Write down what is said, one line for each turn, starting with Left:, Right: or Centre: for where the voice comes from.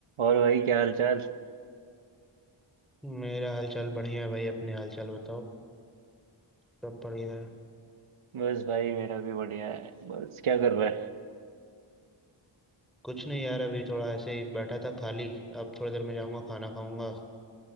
Right: और भाई क्या हाल चाल
Centre: मेरा हालचाल बढ़िया है भाई अपने हालचाल बताओ सब बढ़िया है
Right: बस भाई मेरा भी बढ़िया है बस क्या कर रहा
Centre: कुछ नहीं यार अभी थोड़ा ऐसे ही बैठा था खाली अब थोड़ी देर में जाऊंगा खाना खाऊंगा